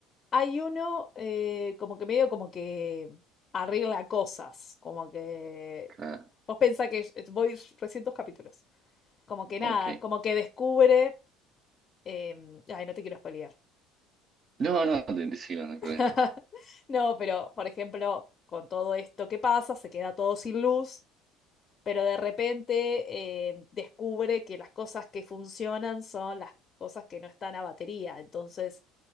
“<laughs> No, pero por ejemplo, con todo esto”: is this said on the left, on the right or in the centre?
Left